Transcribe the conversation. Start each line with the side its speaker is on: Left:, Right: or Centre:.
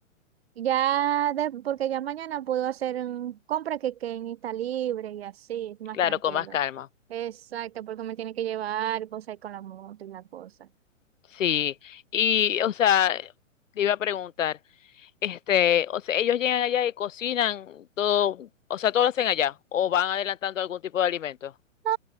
Right: ya, de- porque ya mañana puedo hacer un compra que, que está libre y así, más
Left: claro,
Right: tranquilo.
Left: con más calma.
Right: Exacto, porque me tiene que llevar cosas ahí con la moto y la cosa.
Left: Sí. Y, o sea, te iba a preguntar, este, o sea, ellos llegan allá y cocinan todo, o sea, todo lo hacen allá, o van adelantando algún tipo de alimento.
Right: No,